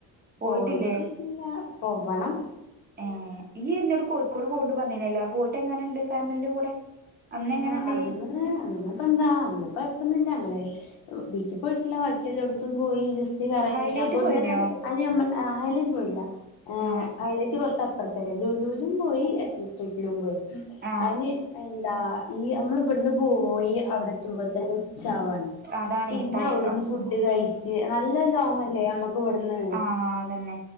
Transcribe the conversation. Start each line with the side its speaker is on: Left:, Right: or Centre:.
Left: പോയിട്ടില്ല
Right: പോയിട്ടില്ലേ
Left: പോവണം.
Right: എ, ഇ, എന്നോട് കോഴിക്കോട് പോണ് ണ്ട് പറഞ്ഞിനല്ലോ, പോയിട്ട് എങ്ങനെണ്ട് ഫാമിലിന്റെ കൂടെ അന്ന്
Left: ആ,
Right: എങ്ങനെ ഇണ്ടേനി
Left: അതിന് അന്നിപ്പോ എന്താ അന്നപ്പോ കുഴപ്പമൊന്നുല്ല. ഞങ്ങൾബീച്ചിൽ പോയിട്ടില്ല. എലോടുത്തും പോയി ജസ്റ്റ് കറങ്ങി.
Right: ഹൈലൈറ്റ്
Left: അപ്പോ
Right: പോയിനോ
Left: ത്തന്നെ ആയിലൊന്നും പോയിട്ടില്ല.
Right: ആഹ്
Left: കൈലേജ് കുറച്ച അപ്പുറത്തല്ലേ! ലൂലൂലും പോയി എസ് എം സ്ട്രീറ്റിലും പോയി.
Right: ആ.
Left: അ, എന്താ ഈ നമ്മൾ ഇവിടുന്ന് പോയി അവിടെ എത്തുമ്പോ തന്നെ ഉച്ചാവാണ്.
Right: അതാണേ
Left: പിന്നെ
Right: ടൈ
Left: അവിടുന്ന്
Right: ആഹ്
Left: ഫുഡ് കഴിച്ച് നല്ല ലോങ്ങ് ലേ നമ്മക്ക് ഇവിടുന്ന്
Right: ആ, അതന്നെ